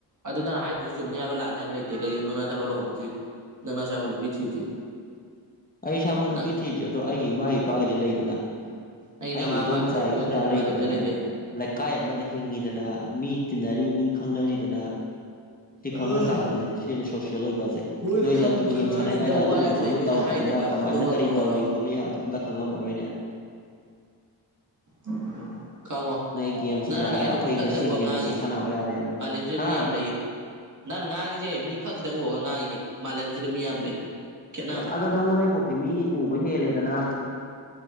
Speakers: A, on the right; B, on the left.
A: ꯑꯗꯨ ꯅꯪ ꯍꯥꯏꯗꯣꯏꯖꯨ ꯆꯨꯝꯅꯤ ꯍꯥꯏꯕ ꯂꯥꯟꯅꯤ ꯍꯥꯏꯕ ꯂꯩꯇꯦ ꯀꯩꯒꯤꯅꯣ ꯅꯪ ꯅꯥꯁꯥꯃꯛ ꯂꯨꯍꯣꯡꯗꯤ ꯅꯪ ꯅꯁꯥꯃꯥꯛ ꯅꯨꯄꯤ ꯊꯤꯗ꯭ꯔꯤ
B: ꯑꯩ ꯏꯁꯥꯃꯛ
A: ꯅꯪ
B: ꯅꯨꯄꯤ ꯊꯤꯗ꯭ꯔꯤ ꯑꯗꯣ ꯑꯩꯒꯤ ꯏꯃꯥ ꯏꯄꯥꯒꯗꯤ ꯂꯩꯗꯅ
A: ꯅꯪꯒꯤ
B: ꯑꯩꯒꯤ
A: ꯅꯃꯥ
B: ꯏꯗꯣꯝꯆꯥ
A: ꯃꯄꯥ ꯈꯤꯇꯪ ꯍꯦꯟꯗꯣꯏ
B: ꯏꯈꯨꯔꯥ
A: ꯅꯠꯇꯦꯅꯦ ꯃꯥ
B: ꯂꯩꯗꯅ
A: ꯂꯦꯝꯖꯜꯂꯛꯏꯁꯦ
B: ꯂꯩꯀꯥꯏ ꯑꯃꯗ ꯍꯤꯡꯉꯤꯗꯅ ꯃꯤ ꯇꯤꯟꯅꯔꯤ ꯃꯤ ꯈꯪꯅꯔꯤꯗꯅ ꯁꯤ
A: ꯑ
B: ꯈꯪꯅ ꯆꯥꯟꯅꯕꯁꯦ ꯁꯤꯅꯤ ꯁꯣꯁꯦꯜ ꯑꯣꯏꯕꯖ‌ꯦ
A: ꯃꯣꯏꯅ
B: ꯅꯣꯏꯗꯤ
A: ꯈꯪꯕ
B: ꯑꯗꯨ ꯒꯦꯝ
A: ꯈꯪꯍꯟꯅꯤꯡꯗꯕ
B: ꯁꯥꯟꯅꯉꯥꯏꯗ ꯑꯗꯨꯒꯨꯝꯕꯁꯨ
A: ꯋꯥ ꯌꯥꯝ ꯂꯩ
B: ꯑꯝꯇ
A: ꯅꯣꯏꯗ
B: ꯇꯧ
A: ꯍꯥꯏꯗꯕ
B: ꯅ ꯀꯃꯥꯏꯅ
A: ꯑꯗꯨꯃ
B: ꯀꯔꯤ
A: ꯈꯪꯍꯧꯔꯣ
B: ꯇꯧꯔꯤ ꯈꯣꯠꯂꯤ ꯍꯥꯏꯕꯗꯣ ꯑꯝꯇ ꯈꯪꯉꯝꯃꯔꯣꯏꯅꯦ
A: <inaudible> ꯈꯪꯉꯣ
B: ꯅꯣꯏ ꯒꯦꯝ
A: ꯅꯪꯅ
B: ꯁꯥꯟꯅꯔꯒ
A: ꯉꯥꯏꯗꯣ
B: ꯑꯩꯈꯣꯏ
A: ꯃꯤ ꯈꯛ
B: ꯉꯁꯤ
A: ꯈꯤꯇꯪ ꯋꯥ
B: ꯒꯦꯝ
A: ꯉꯥꯡꯉꯤꯅꯦ
B: ꯑꯁꯤ ꯁꯥꯟꯅꯍꯧ ꯌꯥꯔꯦꯅ
A: ꯃꯥꯂꯦꯝꯁꯤꯗ
B: ꯍꯥ
A: ꯃꯤ ꯌꯥꯝ ꯂꯩꯌꯦ ꯅꯪꯅ ꯉꯥꯡꯉꯤꯖ‌ꯦ ꯃꯤ ꯈꯛ ꯈꯤꯇꯪ ꯎꯔꯒ ꯉꯥꯡꯉꯤꯅ‌ꯦ ꯃꯥꯂꯦꯝꯖꯤꯗ ꯃꯤ ꯌꯥꯝ ꯂꯩ ꯈꯦꯠꯅꯕ
B: ꯑꯗꯣ ꯅꯉꯣꯟꯗꯩꯕ‌ꯣꯛꯇꯤ ꯃꯤ ꯎꯕ ꯍꯦꯜꯂꯦꯗꯅ